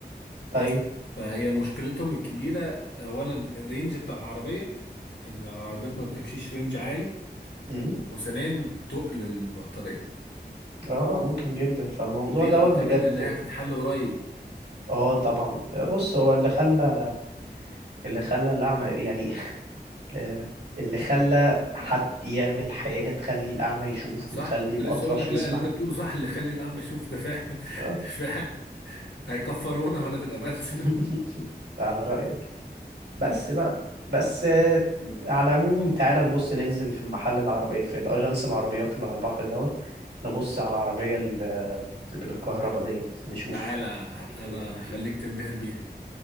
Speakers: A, on the left (about 85°); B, on the right (about 80°).
A: بس
B: ايوه
A: فهي مشكلتهم الكبيرة أولا الرينج بتاع العربية إن العربيات ما بتمشيش رينج عالي
B: امم
A: وثانيا تقل البطارية
B: اه ممكن جدا فالموضوع
A: ودي
B: دوت
A: أعتقد
B: بجد
A: إن هي هتتحل قريب
B: اه طبعا بص هو اللي خلى اللي خلى الأعمى يعني <laughs> آه، اللي خلى حد يعمل حاجة تخلي الأعمى يشوف
A: صح؟
B: وتخلي
A: كنت
B: الأطرش
A: لسه أقول لك
B: يسمع
A: لا اللي أنت بتقوله صح اللي يخلي الأعمى يشوف ده فعلا
B: آه.
A: <laughs> فعلا هيكفرونا ولا تبقى بلس
B: <laughs> على رأيك بس
A: بس
B: بقى بس آه، على العموم تعالى نبص ننزل في محل العربية في الأجنس العربيات اللي على البحر دوت نبص على العربية اللي اللي بالكهرباء ديت نشوف
A: تعالى
B: ايه
A: أنا
B: الدنيا فيها
A: هخليك تنبهر بيها